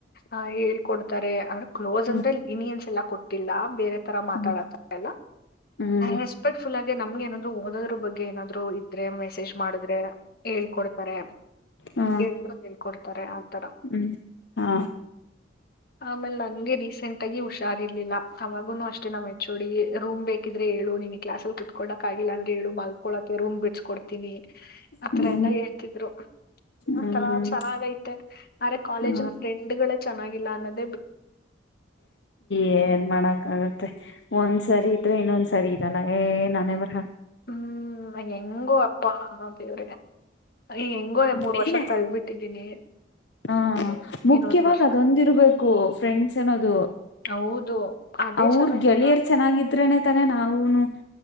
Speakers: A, on the left; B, on the left.
A: ಆ ಹೇಳ್ಕೊಡ್ತಾರೆ ಅವ ಕ್ಲೋಸ್
B: ಹ್ಮ್
A: ಅಂದ್ರೆ ಲಿನಿಯನ್ಸ್ ಎಲ್ಲಾ ಕೊಟ್ಟಿಲ್ಲ ಬೇರೆ ತರ ಮಾತಾಡತ
B: ಹ್ಮ್
A: ಎಲ್ಲ
B: ಹ್ಮ್
A: ರೆಸ್ಪೆಕ್ಟ್ಫುಲ್ ಆಗೆ ನಮ್ಗೆ ನಾದ್ರು ಓದ್ರ ಬಗ್ಗೆ ಏನಾದ್ರು ಇದ್ರೆ ಮೆಸೇಜ್ ಮಾಡಿದ್ರೆ ಹೇಳ್ಕೊಡ್ತಾರೆ
B: ಹಾ
A: ಎಲ್ರೂ ಹೇಳ್ಕೊಡ್ತಾರೆ ಆತರ
B: ಹ್ಮ್ ಹಾ
A: ಆಮೇಲೆ ನನ್ಗೆ ರೀಸೆಂಟ್ ಆಗಿ ಹುಷಾರ್ ಇರ್ಲಿಲ್ಲ ಅವಾಗುನು ಅಷ್ಟೇ ನಾವ್ ಹೆಚ್ಚೋಳಿಗೆ ರೂಮ್ೇಕಿದ್ರೆ ಹೇಳು ನಿಮಗೆ ಕ್ಲಾಸ್ಲ್ಲಿ ಕತ್ಕೋಕಕ್ಗಿಲ್ಲ ಅಂದ್ರೆ ಹೇಳು ಮ ರೂಮ್ ಬಿಡ್ಸ್ಕೊಡ್ತೀನಿ ಆತರ
B: ಹ್ಮ್
A: ಎಲ್ಲಾ ಹೇಳ್ತಿದ್ರು ಒಂತರ
B: ಹ್ಮ್
A: ಚೆನ್ನಾಗ ಐತೆ ಅ್ರ ಕಾಲೇಜಲ್
B: ಹಾ
A: ಫ್ರೆಂಡ್ ಗಳೇ ಚೆನ್ನಾಗಿಲ್ಲ ಅನ್ನೋದು
B: ಏನ್ ಮಾಡಕ್ಕ ಆಾಗತ್ತೆ ಒಂದ್ಸರಿ ಇದ್ರೆ ಇನ್ನೊಂದ್ ಸರಿ ಇರಲ್ಲ ಏ ನನವರ
A: ಹ್ಮ್ ಹೆಂಗು ಅಪ್ಪಾ ದೇವ್ರೆ ಈ ಹೆಂಗೋ ಮೂರ್
B: ಮೇನ್
A: ವರ್ಷ ತಳ್ಬಿಟ್ಟಿದೀನಿ
B: ಹಾ ಮುಖ್ಯವಾಗ
A: ಇನ್ನೊಂದ್ ವರ್ಷ
B: ಅದೊಂದಿರ್ಬೇಕು ಫ್ರೆಂಡ್ಸ್ ಏನದು
A: ಹೌದು ಅದೇ
B: ಅವ್ರ
A: ಚೆನ್ನಾಗಿಲ್ಲ
B: ಗೆಳೆಯರ್
A: ಅಂದ್ರೆ.
B: ಚೆನ್ನಾಗಿದ್ರೇನೆ ತಾನೆ ನಾವೂನು